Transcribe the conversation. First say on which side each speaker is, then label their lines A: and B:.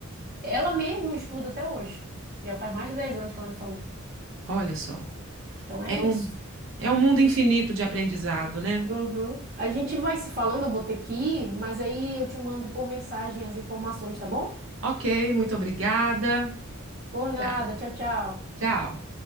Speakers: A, on the right; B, on the right.
A: ela mesma estuda até hoje. Já faz mais de 10 anos que ela me falou.
B: Olha só.
A: Então é
B: É
A: isso.
B: um, é um mundo infinito de aprendizado, né?
A: Uhum. A gente vai se falando, eu vou ter que ir, mas aí eu te mando por mensagem as informações, tá bom?
B: Ok, muito obrigada.
A: Por nada,
B: Tchau.
A: tchau, tchau.
B: Tchau.